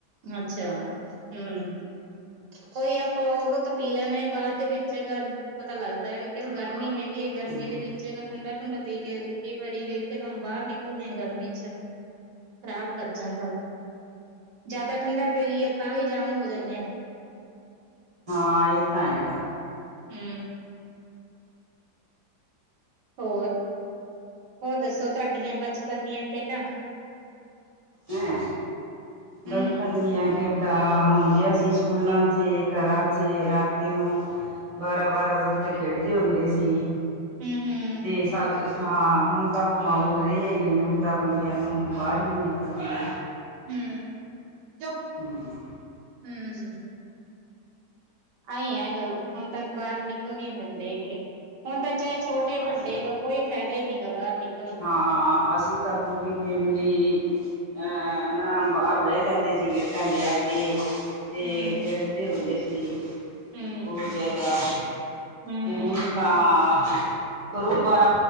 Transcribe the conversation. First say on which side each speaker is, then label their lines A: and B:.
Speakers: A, on the right; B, on the right.
A: ਅੱਛਾ, ਹੂੰ। ਕੋਈ ਆਪਾਂ ਉਦੋਂ ਤਾਂ ਪੀ ਲੈਂਨੇ ਆਂ, ਬਾਅਦ ਦੇ ਵਿੱਚ ਜਗਾ ਪਤਾ ਲੱਗਦਾ ਹੈਗਾ, ਕਿਉਂ ਗਰਮੀ ਹੈਗੀ ਹੈ ਗਰਮੀ
B: ਹਾਂ
A: ਦੇ ਵਿੱਚ ਹੈਗਾ ਠੰਡਾ-ਠੁੰਡਾ ਪੀਕੇ, ਕਈ ਵਾਰੀ ਇੱਕ ਦਮ ਬਾਹਰ ਨਿਕਲਦੇ ਆ ਗਰਮੀ'ਚ। ਖਰਾਬ ਕਰ ਜਾਂਦਾ ਓ। ਜਿਆਦਾ ਠੰਡਾ ਪੀਲੀਏ, ਤਾਂ ਵੀ ਜਾਮ ਹੋ ਜਾਂਨੇ ਆ।
B: ਹਾਂ, ਇਹ ਤਾਂ ਹੇਗਾ।
A: ਹੂੰ ਹੋਰ, ਹੋਰ ਦੱਸੋ ਤੁਹਾਡੀਆਂ ਬਚਪਨ ਦੀਆਂ ਖੇਡਾਂ?
B: ਹੂੰ,
A: ਹੂੰ,
B: ਬਚਪਨ ਦੀਆਂ ਖੇਡਾਂ ਹੁੰਦੀਆਂ ਸੀ ਸਕੂਲਾਂ 'ਚੇ, ਘਰਾਂ'ਚੇ ਰਾਤੀ ਨੂੰ। ਬਾਰਾਂ-ਬਾਰਾਂ ਵਜੇ ਤਕ ਖੇਡਦੇ ਹੁੰਦੇ ਸੀ।
A: ਹੂੰ, ਹੂੰ
B: ਤੇ ਸਾਡ, ਹਾਂ, ਹੁਣ ਤਾਂ ਉਹ ਮਾਹੌਲ ਰਿਹਾ ਹੀ ਨਹੀਂ, ਹੁਣ ਤਾਂ ਕੁੜੀਆਂ ਨੂੰ ਬਾਹਰ ਹੀ ਨੀ ਨਿਕਲਦੀਆਂ।
A: ਹੂੰ, ਚੁ
B: ਹਮ
A: ਹੂੰ। ਆਈ ਐਂ ਗੱਲ, ਹੁਣ ਤਾਂ ਬਾਹਰ ਨਿਕਲਨ ਦਿੰਦੇ ਹੈਗੇ। ਹੁਣ ਤਾਂ ਚਾਹੇ
B: ਹਾਂ
A: ਛੋਟੇ-ਵੱਡੇ
B: ਅਸੀਂ
A: ਗ, ਕੋਈ ਫਾਇਦਾ ਹੀ ਨਹੀਂ ਗਾ, ਬਾਹਰ ਨਿਕ
B: ਹਾਂ, ਅਸੀਂ ਤਾ ਪੂਰੀ ਫੇਮਲੀ ਅਹ ਨਾ ਬਾਹਰ ਬਹਿ ਜਾਂਦੇ ਸੀ ਗੇਟਾਂ ਦੇ ਅਗੇ। ਤੇ
A: ਹੂੰ।
B: ਖੇਡਦੇ ਹੁੰਦੇ ਸੀ।
A: ਹੂੰ,
B: ਬਹੁਤ
A: ਹੂੰ,
B: ਜ਼ਿਆਦਾ
A: ਹੂੰ
B: ਤੇ ਹੁਣ ਤਾਂ ਹਾਅ ਘਰੋਂ ਬਾਰ